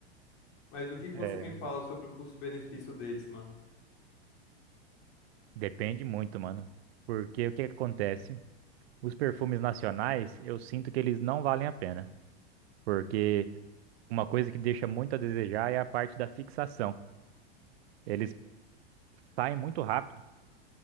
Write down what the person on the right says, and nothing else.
É,
Depende muito, mano. Porque o que que acontece? Os perfumes nacionais, eu sinto que eles não valem a pena. Porque uma coisa que deixa muito a desejar é a parte da fixação. Eles saem muito rápido